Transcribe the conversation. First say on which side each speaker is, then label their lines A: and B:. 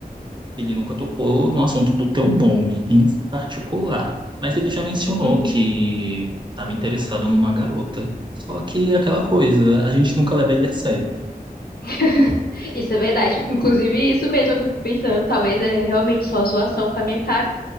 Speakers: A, on the right (about 30°); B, on the left (about 80°).
A: ele nunca tocou no assunto do teu nome em particular, mas ele já mencionou
B: Uhum.
A: que estava interessado numa garota. Só que é aquela coisa, a gente nunca leva ele a sério.
B: <laughs> Isso é verdade. Inclusive, isso mesmo, eu fico pensando, talvez é realmente só zoação com a minha cara.